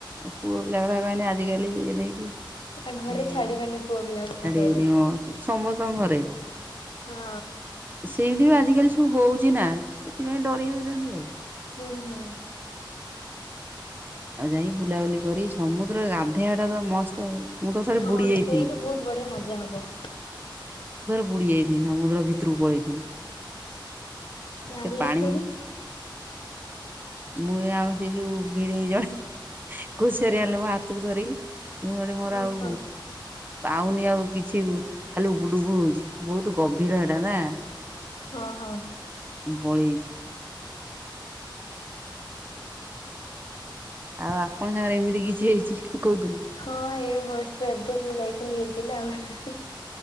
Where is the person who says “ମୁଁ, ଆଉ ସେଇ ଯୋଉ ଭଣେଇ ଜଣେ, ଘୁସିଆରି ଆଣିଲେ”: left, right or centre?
Right